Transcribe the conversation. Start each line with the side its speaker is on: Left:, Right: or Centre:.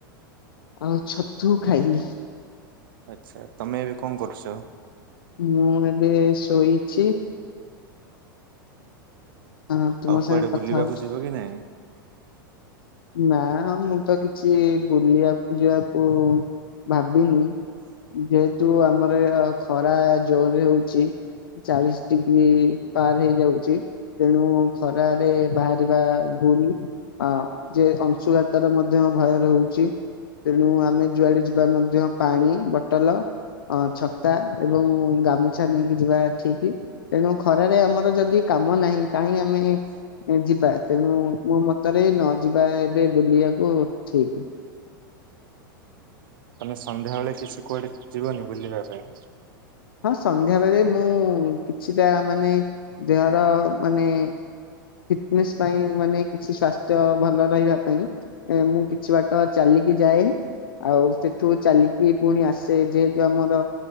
Left: ଆଉ ଛତୁ ଖାଇଲି।
Right: ଆଚ୍ଛା, ତମେ ଏବେ କଣ କରୁଛ?
Left: ମୁଁ ଏବେ ଶୋଇଛି ହଁ ତୁମ
Right: ଆଉ
Left: ସାଙ୍ଗେ
Right: କୁଆଡେ
Left: କଥା
Right: ବୁଲିବାକୁ
Left: ହଉଛି।
Right: ଯିବ କି ନାଇଁ?
Left: ନା ମୁଁ ତ କିଛି ବୁଲିବାକୁ ଯିବାକୁ ଭାବିନି ଯେହେତୁ ଆମର ଏଅ ଖରା ଜୋର ରେ ହଉଛି। ଚାଳିଶ ଡିଗ୍ରୀ ପାର ହେଇଯାଉଛି ତେଣୁ ଖରାରେ ବାହାରିବା ଭୁଲ ଅ ଯେ ଅଂଶୁଘାତର ମଧ୍ୟ ଭୟ ରହୁଛି ତେଣୁ ଆମେ ଯୁଆଡେ ଯିବା ମଧ୍ୟ ପାଣି ବଟଲ ଅଁ ଛତା ଏବଂ ଗାମୁଛା ନେଇକି ଯିବା ଠିକି। ତେଣୁ ଖରାରେ ଆମର ଯଦି କାମ ନାହିଁ କାହିଁକି ଆମେ ଯିବା ତେଣୁ ମୋ ମତରେ ନ ଯିବା ଏବେ ବୁଲିବାକୁ ଠିକ।
Right: ତମେ ସନ୍ଧ୍ୟାବେଳେ କିଛି କୁଆଡେ ଯିବନି ବୁଲିବା ପାଇଁ।
Left: ହଁ ସନ୍ଧ୍ୟାବେଳେ ମୁଁ କିଛିଟା ମାନେ ଦେହର ମାନେ ଫିଟନେସ୍ ପାଇଁ ମାନେ କିଛି ସ୍ୱାସ୍ଥ୍ୟ ଭଲ ରହିବା ପାଇଁ। ଏ ମୁଁ କିଛି ବାଟ ଚାଲିକି ଯାଏ। ଆଉ ସେଠୁ ଚାଲିକି ପୁଣି ଆସେ ଯେହେତୁ ଆମର